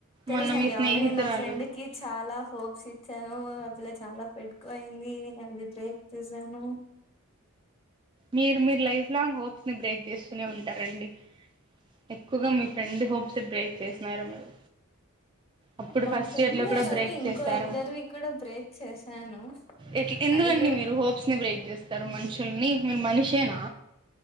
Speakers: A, on the left (about 25°); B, on the right (about 25°).
A: తెలుసండి
B: మొన్న మీ స్నేహితురాలు
A: ఆల్రెడీ నా ఫ్రెండ్ కి చాలా హోప్స్ ఇచ్చానూ ఆ పిల్ల <inaudible> చాలా పెట్టుకుయింది అది బ్రేక్ చేసాను
B: మీరు మీరు లైఫ్ లాంగ్ హోప్స్ ని బ్రేక్ జేస్సునే ఉంటారండి ఎక్కువగా మీ ఫ్రెండ్ హోప్స్ బ్రేక్ చేసినారు మీరు అప్పుడు
A: మా
B: ఫస్ట్
A: ఫ్రెండ్
B: ఇయర్ లో
A: దే
B: కూడా
A: కాక
B: బ్రేక్
A: ఇంకో
B: చేశారు
A: ఇద్దరివి కూడా బ్రేక్ చేశాను
B: ఎట్ల్ ఎందుకండి
A: అది కూడా
B: మీరు హోప్స్ ని బ్రేక్ జేస్తారు మనుషుల్ని మీరు మనిషేనా